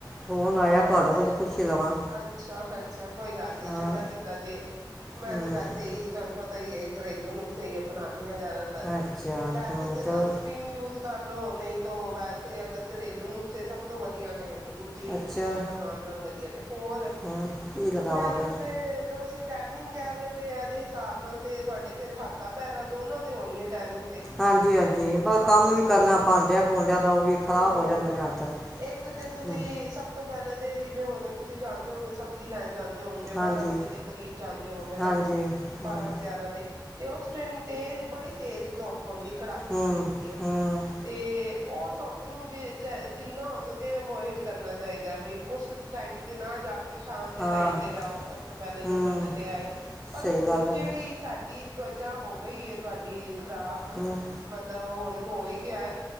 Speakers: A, in the centre; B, on the right.
A: ਫੋਨ ਆਇਆ
B: ਇਹ
A: ਤੁਹਾਡੇ ਕੋਲ
B: ਅੱਛਾ-ਅੱਛਾ,
A: ਪੁੱਛ ਹੀ ਲਵਾਂ
B: ਕੋਈ ਗੱਲ ਨੀ
A: ਹਾਂ
B: ਚੰਗਾ ਕੀਤਾ ਜੇ, ਮੈਂ
A: ਹਮ,
B: ਤੇ ਵੈਸੇ ਹੀ ਤੁਹਾਨੂੰ ਪਤਾ ਸਹੀ ਏ ਘਰੇਲੂ ਨੁਕਸੇ ਅਪਣਾਂਣੇ ਜ਼ਿਆਦਾਤਰ,
A: ਅੱਛਾ
B: ਵੈਸੇ
A: ਹਮ,
B: ਤੇ ਸਨਸਕ੍ਰੀਨ
A: ਚਲੋ
B: ਯੂਜ ਕਰ ਲਓ ਨਹੀਂ ਤੋ ਵੈਸੇ ਅਗਰ ਘਰੇਲੂ ਨੂੰ ਸੇ ਸਭ ਤੋਂ ਵਧੀਆ ਨੇ। ਦੂਜੀ
A: ਅੱਛਾ
B: ਚੀਜ਼ਾਂ ਲਗਾਉਣ ਨਾਲ ਵਧੀਆ, ਤੇ ਹੋਰ
A: ਹਮ, ਕੀ ਲਗਾਵਾਂ
B: ਮੈਨੂੰ
A: ਫਿਰ
B: ਤੇ ਤੁਸੀ ਟੈਨਿੰਗ ਕਹਿ ਰਹੇ ਹੋ ਤੇ ਇਹਦੇ ਹਿਸਾਬ ਨਾਲ ਤੇ ਤੁਹਾਡੇ ਫੇਰ ਹੱਥਾਂ ਪੈਰਾਂ ਦੋਨਾਂ ਤੇ ਹੋਣੀ ਹੈ ਟੈਨਿੰਗ ਤੇ
A: ਹਾਂਜੀ-ਹਾਂਜੀ, ਬਸ
B: ਹਾਂ
A: ਕੰਮ ਵੀ ਕਰਨਾ ਪਾਂਡਿਆ-ਪੁਡਿਆਂ ਦਾ ਤਾਂ ਉਹ ਵੀ ਖ਼ਰਾਬ
B: ਹਾਂ
A: ਹੋ ਜਾਂਦੇ ਨੇ ਹੱਥ
B: ਇੱਕ ਤੇ ਤੁਸੀਂ
A: ਹਮ,
B: ਸਭ ਤੋਂ ਪਹਿਲੇ ਤੇ ਜਿਵੇਂ ਹੁਣ ਤੁਸੀਂ ਜਾਣਦੇ ਹੋਗੇ ਸਬਜ਼ੀ ਲੈਣ ਜਾਂ ਦੇਹੋਗੇ
A: ਹਾਂਜੀ
B: ਬਾਰਾਂ ਵਜੇ ਦੇ ਕਰੀਬ ਜਾਂਦੇ ਹੋਗੇ ਨਾ,
A: ਹਾਂਜੀ ਹਮ
B: ਬਾਰਾਂ-ਗਿਆਰਾਂ ਦੇ ਤੇ ਉਸ ਟਾਈਮ ਤੇਜ਼ ਬੜੀ ਤੇਜ਼ ਧੁ ਹੁੰਦੀ ਕੜਾਕੇ
A: ਹਮ
B: ਦੀ ਹੁੰਦੀ
A: ਹਮ,
B: ਤੇ ਉਹ ਧੁੱਪ ਨੂੰ ਜੇ ਜੈ ਜਿੰਨਾ ਹੋ ਸਕੇ ਅਵੋਇਡ ਕਰਨਾ ਚਾਹੀਦਾ ਹੈ ਬਈ ਉਸ ਟਾਈਮ ਤੇ ਨਾ ਜਾ ਕੇ ਕੇ ਸ਼ਾਮ ਦੇ
A: ਹਾਂ
B: ਟਾਈਮ ਤੇ ਜਾਓ ਸਭ ਤੋਂ ਪਹਿਲੇ ਨੰਬਰ
A: ਹਮ
B: ਤੇ ਤੇ ਆਏ ਪਰ
A: ਸਹੀ
B: ਹੁਣ
A: ਗੱਲ
B: ਜਿਹੜੀ
A: ਹੈ
B: ਸਾਡੀ ਤਵਚਾ ਹੋ ਗਈ ਹੈ ਤੁਹਾਡੀ ਖ਼ਰਾਬ
A: ਹੂੰ
B: ਮਤਲਬ ੳੲ ਤੇ ਹੋ ਹੀ ਗਿਆ